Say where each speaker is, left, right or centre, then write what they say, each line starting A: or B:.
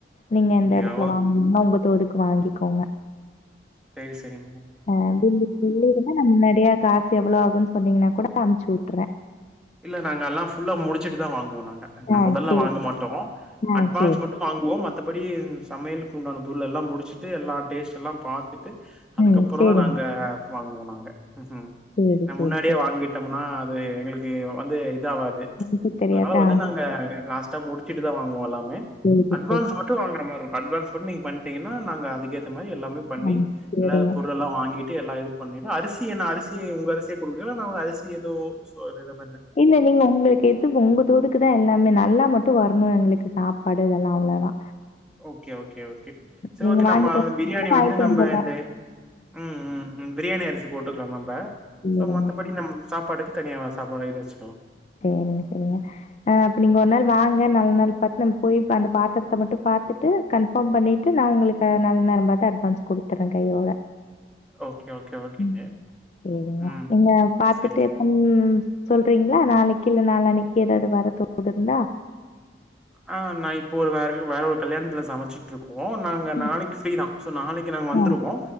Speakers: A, on the left; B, in the centre.
A: நீங்க எந்த
B: அப்டியா
A: இடத்துல
B: ஓகே
A: வாங்கீங்கன்னா உங்க தோதுக்கு வாங்கிக்கோங்க
B: சரி சரிங்
A: அது. <unintelligible> என்னன்னா நா முன்னடியா காஸ் எவ்ளோ ஆகுன் சொன்னீங்கன்னா கூட அம்ச்சு வுட்ருவே
B: இல்ல நாங்கெல்லா ஃபுல்லா முடிச்சுட்டு தா வாங்குவோ நாங்க
A: ஆ
B: மெதல்ல
A: சேரி
B: வாங்க மாட்டோம்
A: ஆ
B: அட்வான்ஸ்
A: சேரி
B: மட்டு வாங்குவோம் மத்த படி சமையலுக்கு உண்டான பொருள் எல்லா முடிச்சுட்டு எல்லா டேஸ்ட்டுல்லாம் பாத்துட்டு அதுக்கப்புற
A: ம். சரிங்க.
B: தா நாங்க வாங்குவோ நங்க ம் ம்
A: சரி,
B: ந
A: சரி,
B: முன்னாடியே
A: சரி.
B: வாங்கிட்டம்னா பே எங்களுக் வந்து இதா ஆவாது
A: எனக்கு தெரியாது.
B: அதுனால வந்து
A: ஆ
B: நாங்க லாட்டா முடிச்சுட்டு தா வாங்குவோ எல்லாமே
A: சரி,
B: அட்வான்ஸ்
A: சரி.
B: மட்டு வாங்குறமார் அட்வான்ஸ் பண்ணி நீங்க பண்டீங்கனா நாங்க அது கேத் த மாரி எல்லாமே பண்ணி
A: ஆ சரிங்க.
B: எல்லா பொருள் எல்லா வாங்கிட்டு எல்லா எடுத் அரிசி என்ன அரிசி உங்க அரிசி ஒரு வேல நா அரிசி ஏதோ சோ வேறப்
A: இல்ல நீங்க உங்களுக்கு எது உங்க தோடுக் தா எல்லாமே நல்லா மட்டும் வரணு எங்களுக்கு சாப்பாடு இதெல்லா அவ்ளதா
B: ஓகே ஓகே ஓகே சரி
A: நீங்க
B: ஓகே
A: வாங்கிட்டு
B: நம்ம
A: வரதுனாலும்
B: பிரியாணி
A: வாங்கிட்டு
B: வந்து நம்ம
A: வந்துர்றோம்.
B: இந்த ம் ம் ம் பிரியாணி அரிசி போட் டுக்கலா நம்ப
A: சரிங்க,
B: சோ மத்தபடி நம் சாப்பாடுக்கு தனியா வ சாப வடாச்சு
A: சரிங்க சரிங்க ஆ அப்ப நீங்க ஒரு நாள் வாங்க நல்ல நாள் பாத்து நம்ம போய் அந்த பாத்திரத்த மட்டும் பாத்துட்டு கன்பார்ம் பண்ணிட்டு நா உங்களுக்கு நல்ல நேரம் பாத்து அட்வான்ஸ் குடுத்துறேன் கையோட
B: ஓகே, ஓகே, ஓகேங்க.
A: ம் சேரிங்க
B: ம்,
A: நீங்க
B: ம்.
A: பாத்துட்டு
B: சரி.
A: எப்புன் சொல் சொல்றீங்களா நாளைக்கு இல்ல நாலு அணிக்கு ஏதாவது வர தோ இருந்தா
B: ஆ நா இப்போ ஒரு வேற வேற ஒரு கல்யாணத்துல சமைச்சிட்டுருக் நாங்க
A: ம்.
B: நாளைக்கு ப்ரீதா நாளைக்கு நா வந்துவோ
A: ஆ